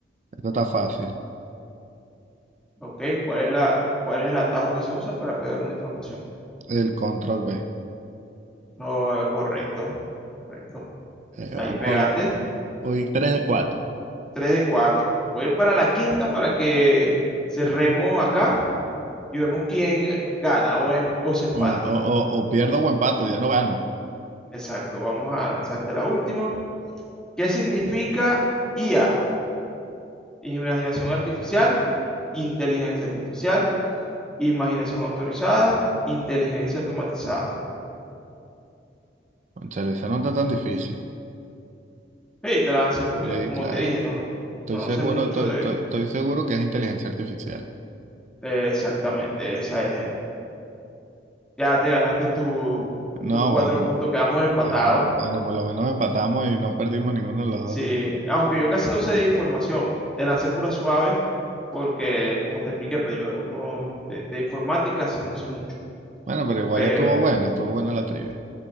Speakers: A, on the right; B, in the centre.
A: Esto está fácil.
B: ¿Ok? ¿Cuál es la, cuál es el atajo que se usa para pegar una información?
A: El control B.
B: No, correcto, correcto.
A: Eh,
B: Ahí
A: vamos,
B: pegaste.
A: a- voy tres de cuatro.
B: tres de cuatro Voy para la quinta para que cerremos acá y vemos quién gana o, em- o se empata.
A: O, o, o, o pierdo o empato, ya no gano.
B: Exacto, vamos a lanzarte la última. ¿Qué significa IA? Imaginación artificial, inteligencia artificial, imaginación autorizada, inteligencia automatizada.
A: Cónchale, esa no está tan difícil.
B: Sí, te la lancé porque,
A: Sí,
B: como
A: claro.
B: te dije, no,
A: Estoy
B: no
A: seguro,
B: sé mucho
A: to-
B: de,
A: to- estoy seguro que es inteligencia artificial.
B: de exactamente. Esa es. eh. Ya te ganaste tu-
A: No,
B: tus tu cuatro
A: bueno,
B: puntos, quedamos empatados.
A: sí, bueno, por lo menos empatamos y no perdimos ninguno de los
B: Sí,
A: dos.
B: aunque yo casi no sé de información, de lancé pura suave, porque como te expliqué, pues yo no, de, de informática sí no sé mucho,
A: Bueno, pero igual
B: pero
A: estuvo buena, estuvo buena la trivia.